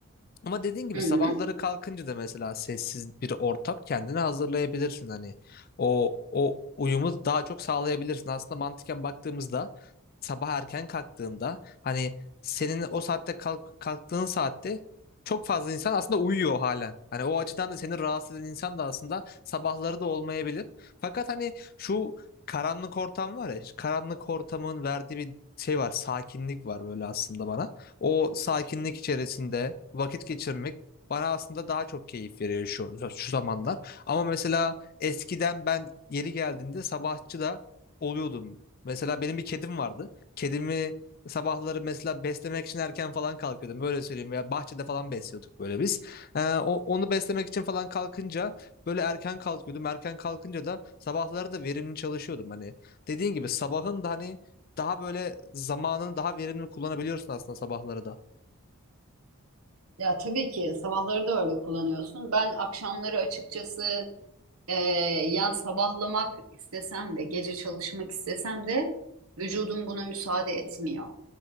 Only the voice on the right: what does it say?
Hı
hı.
Ya tabii ki sabahları da öyle kullanıyorsun. Ben akşamları açıkçası e, yani sabahlamak istesem de gece çalışmak istesem de vücudum buna müsaade etmiyor.